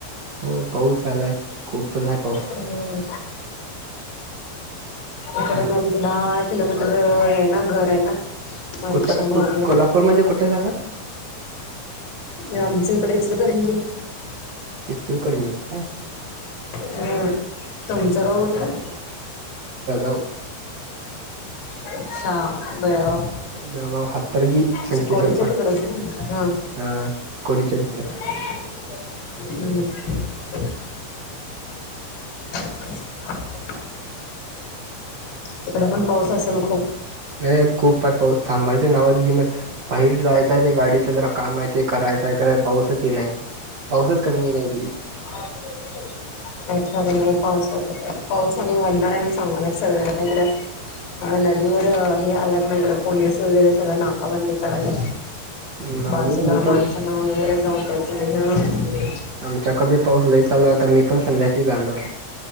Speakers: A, on the right (about 55°); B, on the left (about 90°).
A: हो पाऊस आलाय. खूपच आहे पाऊस
B: हम् इकडून
A: हम्म
B: आमचं दहा किलोमीटर आहे ना घर आहे ना. मरीषाने
A: कुठं कु
B: आले
A: कोल्हापूरमध्ये कुठं सांगा
B: आमच.. <unintelligible>
A: एकतर करून घेत काय?
B: हम् तुमचं गाव उठलं.
A: हो.
B: अच्छा. बेळगाव
A: बेळगाव हातर्गी संकेश्वर
B: चिकोडीच
A: कॉ
B: तिकडे हा.
A: हा कोडीच्या तिकडे
B: ह. <unintelligible> तिकडे पण पाऊस असेल खूप
A: हे खूप पार पाऊस थांबायचं नावाच घिणा बाहेर जायचंय ते गाडीच जरा काम आहे ते करायचंय कराय पाऊस ते नाही की पाऊसच कमी येई नाय कीं.
B: काय खरं नाही पावसाचं पावस आणि वाढणार आहे मी सांगायला सगळं. <inaudible> हे आलत नाही इकडं पोलीस वगैरे सगळं नाकाबंदी करायला.
A: हम्म, आम्ही
B: बाजूला
A: मी पण
B: माणसांना वगैरे जाऊन त्याच <unintelligible>
A: आमच्याकड पाऊस लई चालू आता मी पण संध्याकाळी जाणार.